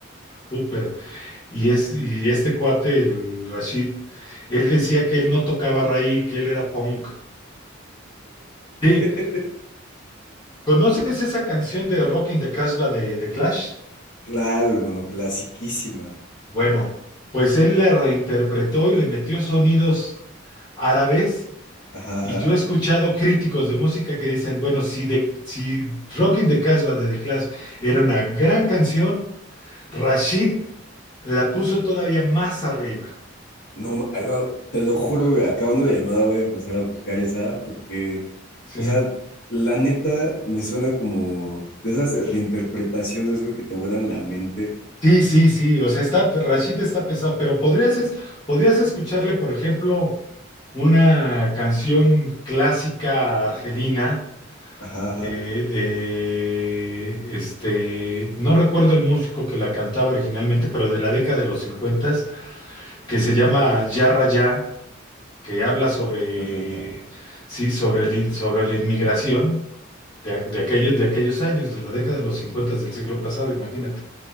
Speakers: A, on the left (about 20°); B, on the left (about 55°).
A: súper. Y, es, y este cuate, el Rashid, él decía que él no tocaba raíz, que él era punk. Sí,
B: <laughs>
A: ¿conoces esa canción de Rock in the Casbah de, de Clash?
B: Claro, hermano, clasiquísima.
A: Bueno, pues él la reinterpretó y le metió sonidos árabes.
B: Ajá, ajá.
A: Y yo he escuchado críticos de música que dicen, bueno, si, de, si Rock in the Casbah de The Clash era una gran canción, Rashid la puso todavía más arriba.
B: No, ma- hermano, te lo juro, güey, acabando la llamada voy a empezar a buscar esa porque,
A: Sí.
B: o sea, la neta me suena como de esas reinterpretaciones, güey, que te vuelan la mente.
A: Sí, sí, sí, o sea, está, Rashid está pesado, pero podrías, es- podrías escucharle, por ejemplo, una canción clásica argelina
B: Ajá,
A: de,
B: ajá.
A: de, este, no recuerdo el músico que la cantaba originalmente, pero de la década de los 50
B: Sí,
A: que se llama Ya Rayá, que habla sobre,
B: es raya.
A: sí, sobre, el in- sobre la inmigración. De, a- de aquellos, de aquellos años, de la década de los 50 del siglo pasado, imagínate.